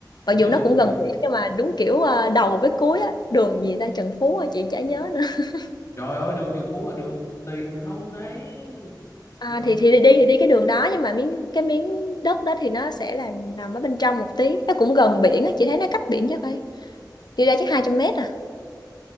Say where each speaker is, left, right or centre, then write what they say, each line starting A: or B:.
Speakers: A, on the left; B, on the left.
A: chị
B: mặc
A: nhớ
B: dù
A: đường
B: nó cũng
A: gì
B: gần
A: không
B: biển nhưng mà đúng kiểu ờ, đầu với cuối á đường gì ta Trần Phú á, chị chả nhớ nữa <laughs>
A: trời ơi đường Trần Phú là đường tiền không đấy
B: à,
A: trời,
B: thì thì đi thì đi cái đường đó nhưng mà miếng cái miếng đất đó thì nó sẽ là nằm ở bên trong một tí nó cũng gần biển á chị thấy nó cách biển chắc phải đi ra chắc 200 mét à